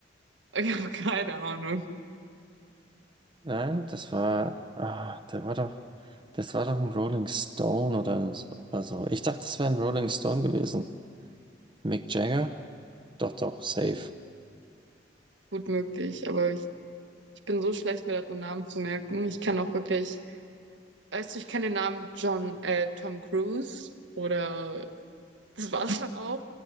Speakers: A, on the right (about 80°); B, on the right (about 25°).
A: Ich habe keine Ahnung.
B: Nein, das war, ah, der war doch, das war doch ein Rolling Stone oder so. Oder so. Ich dachte, das wäre ein Rolling Stone gewesen. Mick Jagger? Doch, doch, safe.
A: Gut möglich, aber ich, ich bin so schlecht, mir darin Namen zu merken. Ich kann auch wirklich, weißt du, ich kenne den Namen John, äh, Tom Cruise oder <laughs> das war's dann auch,